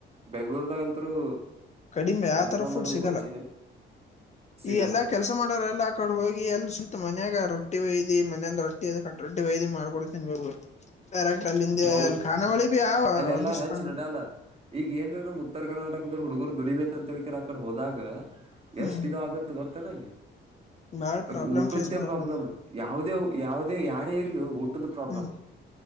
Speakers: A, on the right; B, on the left.
A: ಬೆಂಗ್ಳೂರ್ದಾಗಂತರು
B: ಕಡಿಮೆ ಯಾವತರ
A: ಜೀವನ
B: ಫುಡ್
A: ಮಾಡೋದು
B: ಸಿಗಲ್ಲ
A: ವಜ್ಜಿನೇ ಸಿಗಲ್ಲ
B: ಈ ಎಲ್ಲಾ ಕೆಲಸ ಮಾಡೋರೆ ಎಲ್ಲ ಆ ಕಡೆ ಹೋಗಿ ಎಲ್ ಸುಂತ ಮನ್ಯಾಗ ರಟ್ಟಿ ವಯದಿ ಮನೆಯಂದ ರೊಟ್ಟಿ ಕ ರಟ್ಟಿ ವಹಯದಿ ಮಾಡ್ಕೊಳ್ತನ್ ಬೇು ಬರೆಕ್ ಅಲ್ಲಿಂದ
A: ಹೌದು
B: ಅಲ್ಲಿ ಕಾನಾವಳಿ ಬಿೀ ಯ
A: ಅಲ್ಲೆಲ್ಲಾ
B: ಒಂದ್ ದಿಸಕೊಂಡು
A: ಹೆಚ್ಚ ನಡ್ಯಲ್ಲ ಈಗ ಏನ್ ನಮ ಉತ್ತರ್ ಕರ್ನಾಟಕದ್ರ ಹುಡುಗರು ಧ್ನಿ ಯಂತಕರ ಆ ಕಡೆ ಹೋದಾಗ
B: ಹ್ಮ್
A: ಎಷ್ಟ ಇದ ಆಗುತ್ತ ಗೊತ್ತೇನ ಅಲ್ಲಿ
B: ಬಾಳ
A: ಅದು
B: ಪ್ರಾಬ್ಲಮ್
A: ಊಟದ್ದೇ
B: ಫೇಸ್ ಮಾಡವ
A: ಪ್ರಾಬ್ಲಮ್ ಯಾವದೇ ಯಾವ್ದೇ ಯಾರೇ ಇರ್ಲಿ ಊಟದ ಪ್ರಾಬ್ಲಮ್
B: ಹ್ಮ್
A: <inaudible>